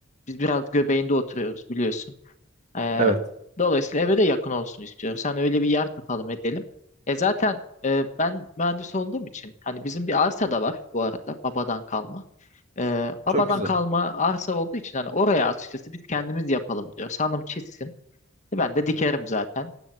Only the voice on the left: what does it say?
biz biraz göbeğinde oturuyoruz biliyorsun. Ee,
dolayısıyla eve de yakın olsun istiyorum. Sen öyle bir yer tutalım edelim. E zaten e, ben mühendis olduğum için hani bizim bir arsa da var bu arada babadan kalma. Ee, babadan
kalma arsa olduğu için hani oraya açıkçası biz kendimiz yapalım diyor. Hanım çizsin. E, Ben de dikerim zaten